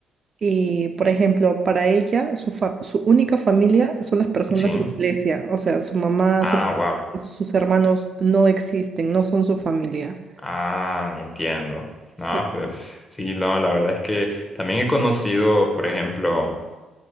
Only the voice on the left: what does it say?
Sí.
Ah,
wow.
Ah, entiendo.
No, pues sí, no, la verdad es que también he conocido, por ejemplo,